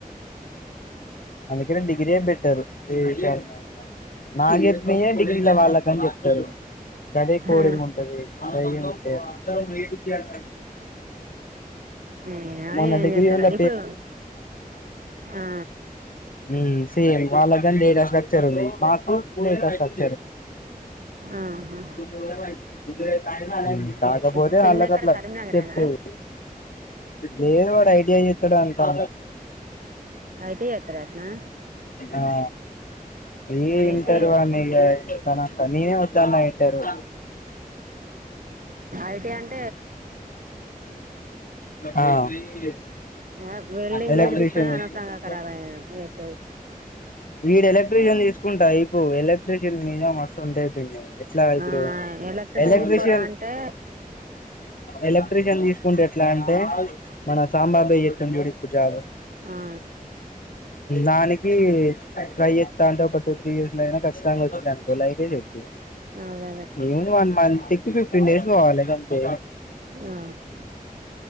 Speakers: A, on the left; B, on the right.
A: అందుకే ఎక్కడ డిగ్రీ ఏ బెటర్ ఈ <unintelligible> లో అయినా మాకు చెప్పినయే డిగ్రీల వాళ్ళకని చెప్ప్పారు గదే కోడింగ్
B: ఆ
A: ఉంటది గయ్యే ఉంటాయి
B: ఏమో
A: మొన్న
B: ఏం
A: డిగ్రిల
B: చేత్తరో ఇప్పుడు ఆ
A: మ్ సేమ్ వాళ్ళ చరండీ మాకు మీగత సబ్
B: ఆహా
A: ఇ గుజ కాయ కాకపోతే
B: ఇప్పుడు చిన్నెక్కడ
A: వాళ్ళకి అట్లా
B: కరీంనగరేనా
A: చెప్పేయ్ లేదు వాడు ఐ. టి. ఐ చేస్తాడు అంటా
B: ఐటీ చేత్తరటనా
A: ఆ ఈ
B: ఐటీ
A: ఇంటర్ అని కాదు నేనే వద్దన్నా ఇంటరు
B: ఐటీ అన్
A: ఆ
B: ఆ వెల్డింగ్
A: ఎలెక్ట్ర్రిషన్
B: వీడు తీసుకుని
A: అవచ్చు
B: అనవసరంగా ఖరాబ్ అయ్యాడు వేస్ట్గా తీసుకుని
A: వీడు ఎలక్ట్రీషియన్ తీసుకుంటా అయిపోవు ఎలక్ట్రిషియన్ మీద మస్తు ఉంటాయి పిన్ని ఎట్లా ఇప్పుడు
B: ఆ ఎలక్ట్రిషియన్
A: ఎలక్ట్రీషియన్
B: తీసుకోరా అంటే
A: ఎలక్ట్రీషియన్ తీసుకుంటే ఎట్లా అంటే మన సాంబాబే చెత్తుండు ఇప్పుడు జాబు
B: ఆ
A: నాకి ట్రై చేత్తాంటే ఒక టూ త్రీ ఇయర్స్ లో అయినా ఖచ్చితంగా వచ్చిందనుకో ఐ. టి. ఐ చేత్తి
B: అదే అదే
A: లేదు వన్ మంత్కి ఫిఫ్టీన్ డేస్ పోవాలి గంతే
B: ఆ